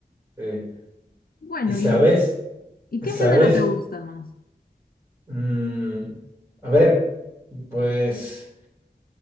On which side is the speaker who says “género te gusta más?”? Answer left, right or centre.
Left